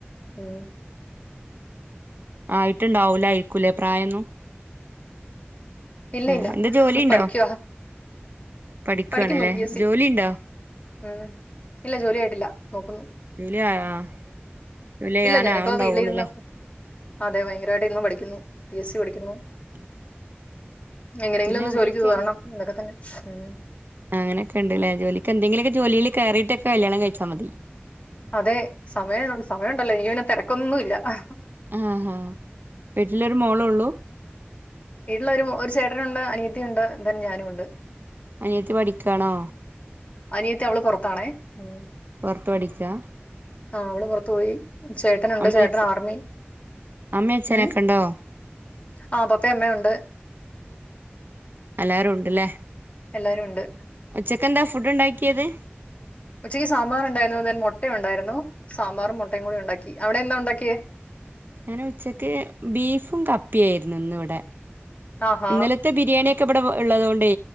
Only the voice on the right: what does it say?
ആയി് ഇട്ടുണ്ടാവൂലായ്ക്കുലേ പ്രായൊന്നും
ആ
എന്തു ജോലിണ്ടോ?
പഠിക്കാണ്ലെ
ജോലിണ്ടോ?
ഇല്ല ആഹ് ഇല്ല ഞാനാവുണ്ടാവുള്ളൂല്ലേ
<inaudible>
പിന്നെ
അങ്ങനൊക്കെയാണ്
അങ്ങനൊക്കെഇണ്ട്ല്ലേ ജോലിക്ക് എന്തെങ്കിലൊക്കെ ജോലീല് കയറിയിട്ടൊക്കെ കല്യാണം കഴിച്ചാ മതി
ആഹ് ഹാ വീട്ടിലൊരു മോളൊള്ളൂ
അനിയത്തി പഠിക്കാണോ
പൊറത്ത് പഠിക്കാ
അമ്മ
അച്ഛ
അമ്മ അച്ഛനൊക്കെ
ഉണ്ടോ
എല്ലാരും ഉണ്ട് ഇല്ലേ
ഉച്ചക്ക് എന്താ ഫുഡ് ഉണ്ടാക്കിയത്
ഞാൻ ഉച്ചക്ക് ബീഫും കപ്പിയായിരുന്നു ഇന്ന് ഇവിടെ
ഇന്നലത്തെ ബിരിയാണി ഇക്കാ ഇവിടെ ഉള്ളതൊണ്ടേ